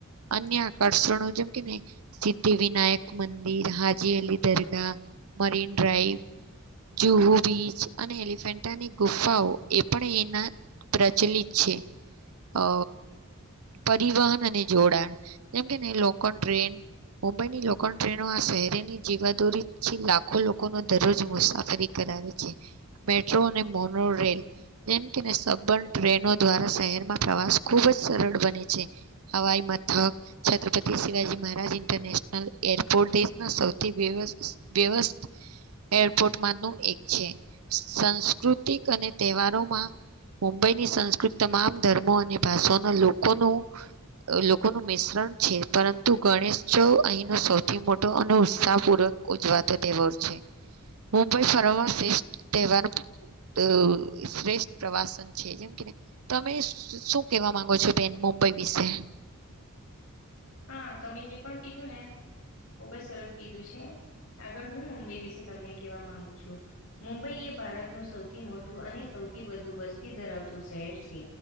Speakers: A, on the right; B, on the left.
A: અન્ય આકર્ષણો જેમ કે ને, સિદ્ધિ વિનાયક મંદિર, Haji Ali Dargah, marine drive Juhu beach અને એલિફેન્ટાની ગુફાઓ એ પણ એના પ્રચલિત છે અ પરિવહન અને જોડાણ જેમ કે નહીં, લોકલ ટ્રેન મુંબઈની પણ ટ્રેનો આ શહેરીની જીવાદોરીથી લાખો લોકોનો દરરોજ મુસાફરી કરાવે છે. મેટ્રો અને મોનો રેલ જેમ કે સબંધ ટ્રેનો દ્વારા શહેરમાં પ્રવાસ ખુબ જ સરળ બને છે. હવાઈ મથક, છત્રપતિ શિવાજી મહારાજ ઇન્ટરનેશનલ એરપોર્ટ સૌથી વ્યવસ્થિત એરપોર્ટમાં ન એક છે, સંસ્કૃતિક અને તહેવારોમાં મુંબઈની સંસ્કૃત તમામ ધર્મો અને ભાષાના લોકોનું લોકોનું મિશ્રણ છે, પરંતુ ગણેશ જો અહીંનો સૌથી મોટો અને ઉત્સાહપૂર્વક ઉજવાતો તહેવાર છે. મુંબઈ ફરમાંશ <unintelligible> તેહવાર ત શ્રેષ્ઠ પ્રવાસન છે, જેમ કે તમે શું કેવા માંગો છો, બેન મુંબઈ વિશે?
B: હા, તમે જે પણ કીધું ને, ખુબ જ સરસ કીધું છે. આગળ હું મુંબઈ વિશે તમને કેહેવા માંગુ છું? મુંબઈ એ ભારતનું સૌથી મોટું અને સૌથી વધુ વસ્તી ધરાવતું શહેર છે.